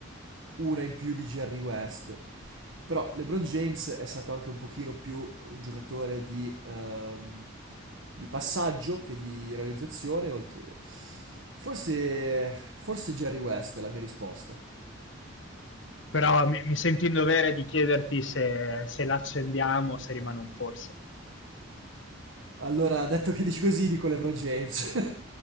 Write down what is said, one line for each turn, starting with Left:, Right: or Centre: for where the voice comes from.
Right: una in più di Jerry West. Però LeBron James è stato anche un pochino più un giocatore di, ehm, di passaggio che di realizzazione. oltre- Forse, forse Jerry West è la mia risposta.
Left: Però mi, mi sento in dovere di chiederti se, se la accendiamo o se rimane un forse.
Right: Allora, detto che dici così, dico LeBron James.